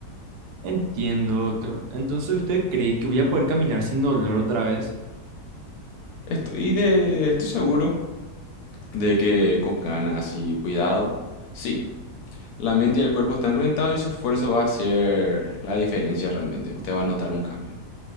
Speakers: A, on the right; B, on the left.
A: Entiendo, doctor. Entonces, ¿usted cree que voy a poder caminar sin dolor otra vez?
B: Estoy de, estoy seguro de que con ganas y cuidado, sí, la mente y el cuerpo están conectados y su esfuerzo va a ser la diferencia realmente. Usted va a notar un cambio.